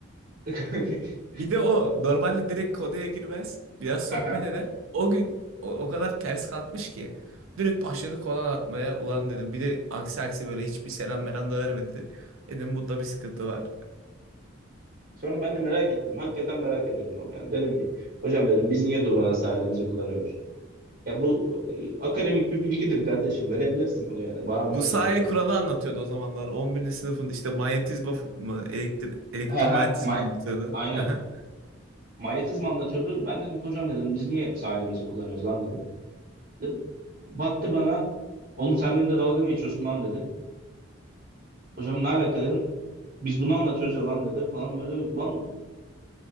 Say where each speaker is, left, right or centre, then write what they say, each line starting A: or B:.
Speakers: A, on the right (about 45°); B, on the right (about 80°).
A: <laughs>
B: Bir de o normalde direkt konuya girmez. Biraz
A: Aha.
B: sohbet eder. O gün o, o kadar ters kalkmış ki. Direkt başladı kolan atmaya. Ulan dedim. Bir de aksi aksi böyle hiçbir selam meram da vermedi. Dedim bunda bir sıkıntı var.
A: Sonra ben de merak ettim. Hakikaten merak ediyordum ama yani. Dedim ki hocam dedim biz niye durmadan sahilimizi kullanıyoruz? Ya bu e, akademik bir bilgidir kardeşim. Verebilirsin bunu yani bağırmak
B: Bu sahil
A: yerine.
B: kuralı anlatıyordu o zamanlar. On birinci sınıfın işte manyetizma mı elektri- elektromanyetizma
A: He he. May
B: anlatıyordu.
A: Aynen.
B: <laughs>
A: Manyetizma anlatıyordu. Ben dedim ki hocam dedim biz niye hep sahilimizi kullanıyoruz lan dedim. De- baktı bana. Oğlum sen benimle dalga mı geçiyorsun lan dedi. Hocam ne alaka dedim. Biz bunu anlatıyoruz ya lan dedi falan böyle lan